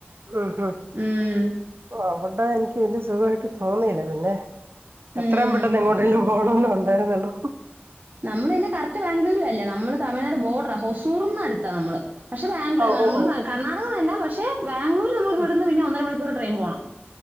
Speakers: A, on the right; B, on the right.
A: ഉം ഹും.
B: ഉം
A: അവിടെ എനിക്ക് വലിയ സുഖായിട്ട് തോന്നിയില്ല പിന്നെ എത്രേം
B: ഉം
A: പെട്ടെന്ന് എങ്ങോട്ടേലും പോണന്നേ ഉണ്ടായിരുന്നള്ളൂ.
B: നമ്മള് ഇന്ന്കറക്ട് ബാംഗ്ലൂരും അല്ല നമ്മള് തമിഴ്നാട് ബോർഡറ ഹൊസൂറിന് അടുത്താണ് നമ്മള്. പക്ഷെ ബാംഗ്ലു
A: ഓ
B: നമ്മ
A: ഓ
B: കർണാക തന്നേ പക്ഷെ ബാംഗ്ലൂര് നമുക്കിവ്ട്ന്ന്
A: ഓ
B: പിന്നെ ഒന്നര മണിക്കൂർ ട്രെയിൻ പോണം.